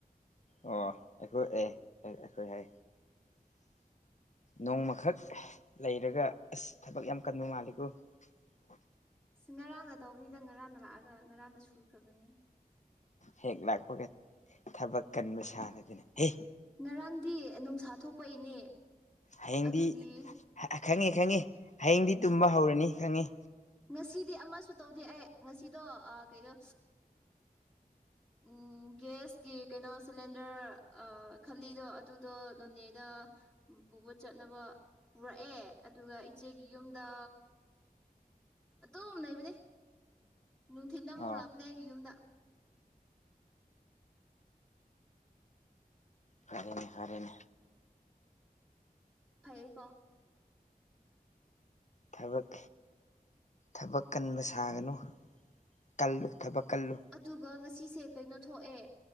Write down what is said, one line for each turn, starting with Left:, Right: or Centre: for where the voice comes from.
Left: ꯑꯣ ꯑꯩꯈꯣꯏ ꯑꯦ ꯑꯩꯈꯣꯏꯍꯦ ꯅꯣꯡꯃꯈꯛ ꯂꯩꯔꯒ ꯑꯁ ꯊꯕꯛ ꯌꯥꯝ ꯀꯟꯕ ꯃꯥꯥꯜꯂꯤꯀꯣ ꯎ
Centre: ꯑ ꯉꯔꯥꯡꯅ ꯇꯧꯕꯅꯤꯗ ꯉꯔꯥꯡꯅ ꯂꯥꯛꯑꯒ ꯉꯔꯥꯡꯅ ꯁꯨꯈ꯭ꯔꯕꯅꯤ
Left: ꯍꯦꯛ ꯂꯥꯛꯄꯒ ꯊꯕꯛ ꯀꯟꯕ ꯁꯥꯟꯅꯗꯅ ꯍ
Centre: ꯉꯔꯥꯡꯗꯤ ꯅꯨꯡꯁꯥ ꯊꯣꯛꯄ ꯏꯅꯦ
Left: ꯍꯌꯦꯡꯗꯤ
Centre: ꯑꯗꯨꯒꯤ
Left: ꯈꯪꯉꯤ ꯈꯪꯉꯤ ꯍꯌꯦꯡꯗꯤ ꯇꯨꯝꯕ ꯍꯧꯔꯅꯤ ꯈꯪꯉꯤ
Centre: ꯉꯁꯤꯗꯤ ꯑꯃꯁꯨ ꯇꯧꯗꯦ ꯑꯩ ꯉꯁꯤꯗꯣ ꯀꯩꯅꯣ ꯎꯝ ꯒ꯭ꯁꯀꯤ ꯀꯩꯅꯣ ꯁꯤꯂꯤꯟꯗꯔ ꯈꯜꯂꯤꯗꯣ ꯑꯗꯨꯗꯣ ꯅꯣꯅꯦꯗ ꯄꯨꯕ ꯆꯠꯅꯕ ꯄꯨꯔꯛꯑꯦ ꯑꯗꯨꯒ ꯏꯆꯦꯒꯤ ꯌꯨꯝꯗ ꯑꯗꯨꯝ ꯂꯩꯕꯅꯦ ꯅꯨꯡꯊꯤꯟꯗ ꯑꯃꯨꯛ
Left: ꯑꯣ
Centre: ꯂꯛꯕꯅꯦ ꯑꯩꯒꯤ ꯌꯨꯝꯗ
Left: ꯐꯔꯦꯅꯦ ꯐꯔꯦꯅꯦ
Centre: ꯐꯩꯌꯦꯀꯣ
Left: ꯊꯕꯛ ꯊꯕꯛ ꯀꯟꯕ ꯁꯥꯒꯅꯨ ꯀꯜꯂꯨ ꯊꯕꯛ ꯀꯜꯂꯨ
Centre: ꯑꯗꯨꯒ ꯉꯁꯤꯁꯦ ꯀꯩꯅꯣ ꯊꯣꯛꯑꯦ